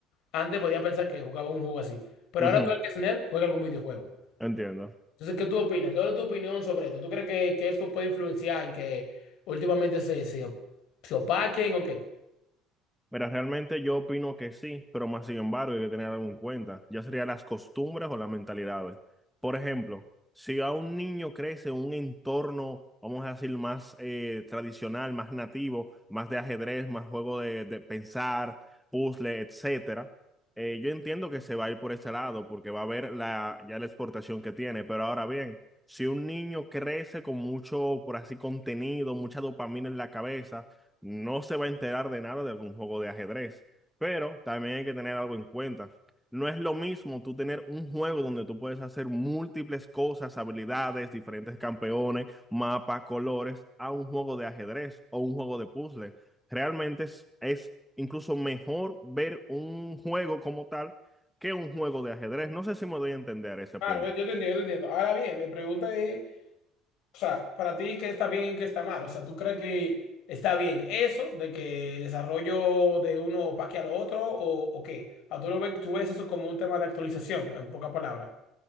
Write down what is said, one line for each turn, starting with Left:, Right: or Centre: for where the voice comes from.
Left: antes podía pensar que jugaba un juego así, pero
Centre: Ujú,
Left: ahora todo el que es nerd juega algún videojuego.
Centre: entiendo.
Left: Entonces, ¿qué tú opinas? ¿Cuál es tu opinión sobre esto? ¿Tú crees que, que esto puede influenciar en que últimamente se, se, se opaquen o qué?
Centre: Mira, realmente yo opino que sí, pero más sin embargo hay que tener algo en cuenta, ya serían las costumbres o las mentalidades. Por ejemplo, si a un niño crece en un entorno, vamos a decir, más eh, tradicional, más nativo, más de ajedrez, más juego de, de pensar, puzzle, etcétera, eh, yo entiendo que se va a ir por ese lado porque va a ver la, ya la exportación que tiene, pero ahora bien, si un niño crece con mucho, por así, contenido, mucha dopamina en la cabeza, no se va a enterar de nada de algún juego de ajedrez. Pero también hay que tener algo en cuenta. No es lo mismo tú tener un juego donde tú puedes hacer múltiples cosas, habilidades, diferentes campeones, mapas, colores, a un juego de ajedrez o un juego de puzzle. Realmente es, es incluso mejor ver un juego como tal que un juego de ajedrez. No sé si me doy a entender ese
Left: Claro,
Centre: punto.
Left: yo, yo te entiendo, yo te entiendo. Ahora bien, mi pregunta es, O sea, para ti, ¿qué está bien y qué está mal? O sea, ¿tú crees que está bien eso de que el desarrollo de uno opaque al otro o, o qué? O sea, tú lo ves, tú ves eso como un tema de actualización, en pocas palabras.